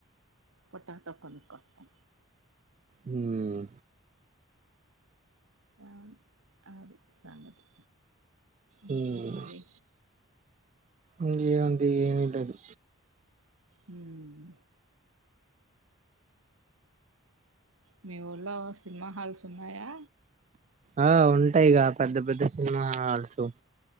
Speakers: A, on the right; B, on the right.
A: పొటాటో కొనుక్కోస్తం
B: మ్
A: ఆవున్ ఆది సంగతి ఇంకా
B: మ్
A: మరి
B: ఇంకేముంది ఏమి లేదు
A: మ్ మీ ఊళ్ళో సినిమా హాల్స్ ఉన్నాయా
B: ఆ ఉంటాయిగా పెద్ద పెద్ద సినిమా హాల్స్